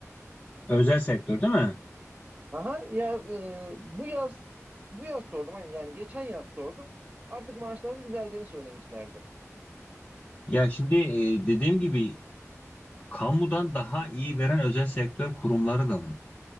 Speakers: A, on the left; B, on the right.
A: Özel sektör değil mi?
B: Aha ya e, bu yaz bu yaz sordum hani yani geçen yaz sordum. Artık maaşların düzeldiğini söylemişlerdi.
A: Ya şimdi e, dediğim gibi kamudan daha iyi veren özel sektör kurumları da var.